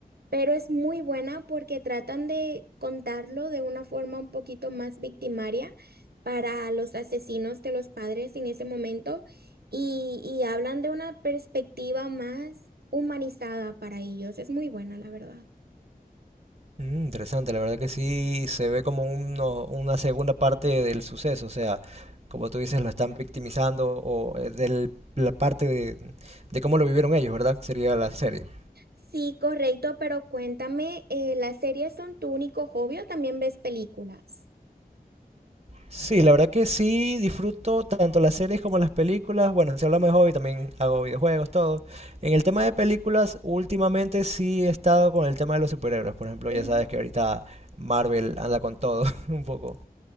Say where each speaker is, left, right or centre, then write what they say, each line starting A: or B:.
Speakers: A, on the right (about 80°); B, on the right (about 40°).
A: Pero es muy buena porque tratan de contarlo de una forma un poquito más victimaria para los asesinos de los padres en ese momento y, y hablan de una perspectiva más humanizada para ellos. Es muy buena, la verdad.
B: Mm, interesante, la verdad que sí se ve como uno- una segunda parte del suceso, o sea, como tú dices, lo están victimizando o eh, del- la parte de, de cómo lo vivieron ellos, ¿verdad? Sería la serie.
A: Sí, correcto, pero cuéntame, eh, ¿las series son tu único hobby o también ves películas?
B: Sí, la verdad que sí disfruto tanto las series como las películas. Bueno, si hablamos de hobby, también hago videojuegos, todo. En el tema de películas, últimamente sí he estado con el tema de los superhéroes. Por ejemplo,
A: Ujú.
B: ya sabes que ahorita Marvel anda con todo <laughs> un poco.